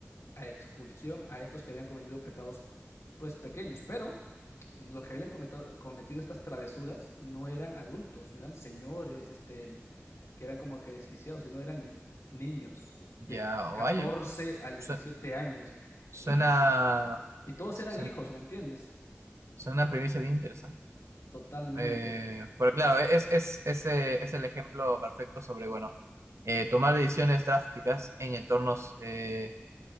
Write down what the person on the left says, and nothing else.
a expulsión a estos que habían cometido pecados, pues pequeños, pero los que habían cometado- cometido estas travesuras no eran adultos, no eran señores, este, que eran como que desquiciados, sino eran niños de
catorce
a diecisiete
años
y, y todos
eran hijos, ¿me entiendes?
Totalmente,